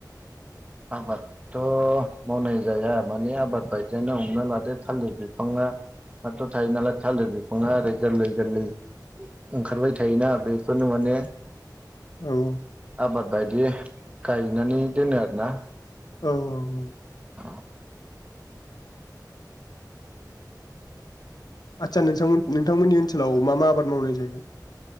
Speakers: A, on the right; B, on the left.
A: आबादथ' मावनाय जाया माने आबाद बायदियानो हमना लादो थालिर बिफाङाथ' थायो नालाय थालिर बिफाङा ओरै गोरलै गोरलै ओंखारबाय थायोना? बेखौनो माने
B: औ
A: आबाद बायदि गायनानै दोनो आरो ना?
B: औ औ
A: औ
B: आतसा नोंथांमोन नोंथांमोननि ओनसोलाव मा मा आबाद मावनाय जायो?